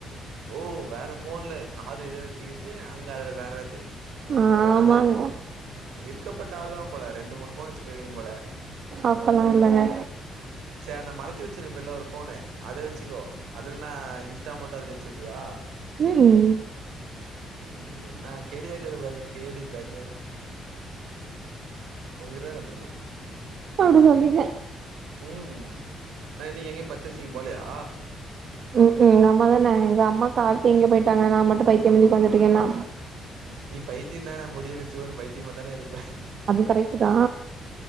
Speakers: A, on the right (about 85°); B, on the right (about 60°).
A: ஓ வேற ஃபோன்ல காது இத வச்சுக்குது அங்க அதுல வெளாட்றது
B: ஆமாங்க
A: பெரவால்ல இருக்கப்பட்ட ஆள் தா போல ரெண்டு மூணு ஃபோன் வச்சுந்தீங்க போல
B: அப்பல்லா இல்லங்க
A: <inaudible> சே அந்த மறைச்சு வச்சிருப்பேல ஒரு ஃபோனு அத வச்சுக்கோ அதுல்ல நா இன்ஸ்டா மாட்டு அதுல வச்சுப்பியா
B: ம்
A: ம் என்ன கேடியா இருக்கிற பாரு கேடி பெக்கர் உங்கிட்ட தா கத்துக்கணு
B: அப்டி சொல்றீங்க
A: ம் நா இன்னைக்கு எங்கேயு பர்சேசிங் போலயா
B: ம்ஹும் எங்க அம்மா தான எங்க அம்மா காலத்தே எங்கோ போயிட்டாங்க நா மட்டு பைத்தியம்மாதி ஒக்காந்துட்ருக்கேன்னா
A: நீ பைத்தியந்தான முடிய விரிச்சு போட் பைத்தியமா தானே இருப்பே
B: அது கரெக்டுதா